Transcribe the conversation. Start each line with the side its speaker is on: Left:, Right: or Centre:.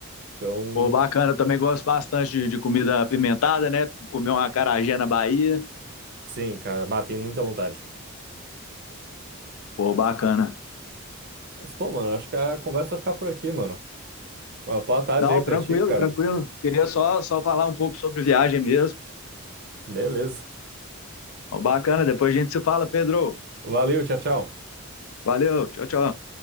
Right: Então,
Left: Pô, bacana, eu também gosto bastante de, de comida apimentada, né? Comer uma acarajé na Bahia.
Right: sim, cara, bah, tenho muita vontade.
Left: Pô, bacana.
Right: Mas, pô, mano, acho que a conversa vai ficar por aqui, mano. Uma boa tarde
Left: Não,
Right: aí pra
Left: tranquilo,
Right: ti, cara.
Left: tranquilo. Queria só, só falar um pouco sobre viagem mesmo.
Right: Beleza.
Left: Ó, bacana, depois a gente se fala, Pedro.
Right: Valeu, tchau, tchau.
Left: Valeu, tchau, tchau.